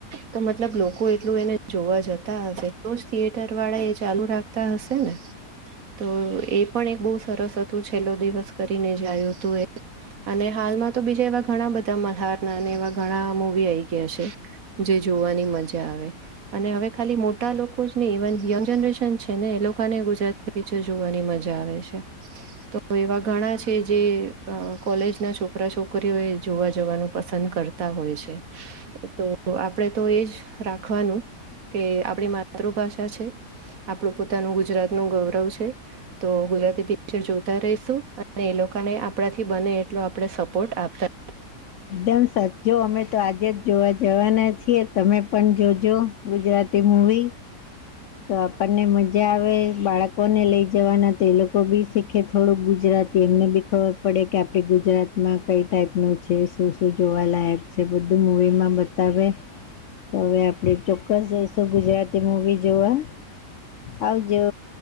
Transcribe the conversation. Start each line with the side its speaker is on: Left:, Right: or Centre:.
Right: તો મતલબ લોકો એટલું એને જોવા જતા હશે તોજ થિયેટર વાળા એ ચાલુ રાખ તા હશે ને. તો એ પણ એક બહુ સરસ હતું છેલ્લો દિવસ કરીને જે આયુ તું એ અને હાલમાં તો બીજા એવા ઘણા બધા મલ્હારના અને એવા ઘણા મૂવી આઈ ગ્યા છે. જે જોવાની મજા આવે. અને હવે ખાલી મોટા લોકોજ નહી ઇવન યંગ જનરેશન છે ને એ લોકોને ગુજરાત તે પિક્ચર જોવાની મજા આવે છે. તો એવા ઘણા છે જે અ કોલેજના છોકરા છોકરીઓ એ જોવા જવાનું પસંદ કર તા હોય છે એતો તો આપણે તો એજ રાખવાનું કે આપણી માતૃભાષા છે. આપણું પોતાનું ગુજરાતનું ગૌરવ છે. તો ગુજરાતી પિક્ચર જોતા રહીશું અને એ લોકોને આપણાથી બને એટલો આપડણે સપોર્ટ આપતા
Left: એકદમ સાચચો અમે તો આજેજ જોવા જવાના છીએ તમે પણ જોજો. ગુજરાતી મૂવી તો આપણને મજા આવે બાળકોને લઈ જવાના તો એલોકો તો બી શીખે થોડું ગુજરાતી એમને બી ખબર પડે કે આપણે ગુજરાતમાં કઈ ટાઈપ નું છે શું શું જોવાલાયક છે બધું મૂવીમાં બતાવે તો હવે આપણેે ચોક્કસ જઈશું ગુજરાતી મુવીઝ જોવા આવજો.